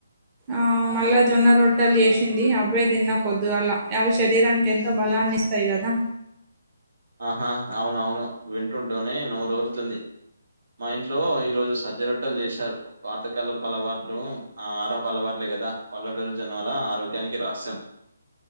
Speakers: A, on the right; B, on the right.
A: ఆ మళ్ళా జొన్న రొట్టలు చేసింది అవ్వె దిన్న పొద్దుగాలా అవి శరీరానికి ఎంత బా లాన్ని ఇస్తాయి కదా
B: ఆహా అవునవును వింటుంటూనే నోరురుతుంది మా ఇంట్లో ఈ రోజు సజ్జరొట్టలు చేశారు పాతకాలపవాట్లు ఆ ఆరా పలవాట్ల కదా పల్లెడూరి జనల ఆరోగ్యానికి రాస్యం